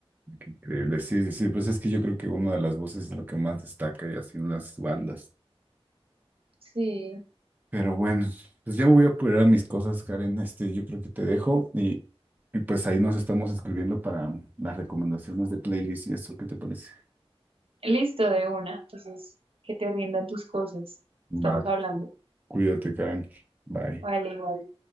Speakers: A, on the right (about 15°); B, on the right (about 65°).
A: increíble, sí, sí, sí, pues es que yo creo que una de las voces es lo que más destaca y así en las bandas.
B: Sí.
A: Pero bueno, pues ya me voy a apurar a mis cosas, Karen. Este, yo creo que te dejo y, y pues ahí nos estamos escribiendo para las recomendaciones de playlist y eso. ¿Qué te parece?
B: Listo, de una. Entonces, que te rindan tus cosas. Estamos
A: Va,
B: hablando.
A: cuídate, Karen. Bye.
B: Vale, igual.